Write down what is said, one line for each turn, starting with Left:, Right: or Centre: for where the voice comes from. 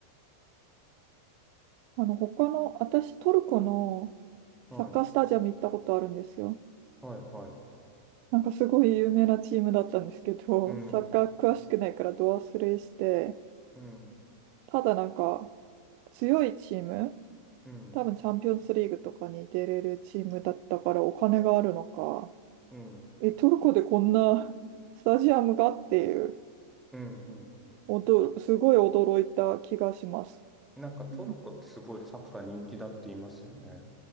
Right: あの、他の、私トルコの
Centre: はい、
Right: サッカースタジアム行ったことあるんですよ。
Centre: はい、はい。
Right: なんかすごい有名なチームだったんですけど、
Centre: うん、
Right: サッカー詳しくないからド忘れして、
Centre: うん、
Right: ただなんか強いチーム、
Centre: うん、
Right: 多分チャンピオンズリーグとかに出れるチームだったからお金があるのか、
Centre: うん、
Right: え、トルコでこんなスタジアムがっていう、
Centre: うん、うん。
Right: おど、すごい驚いた気がします。
Centre: なんかトルコってすごいサッカー人気だって言いますよね。
Right: うん。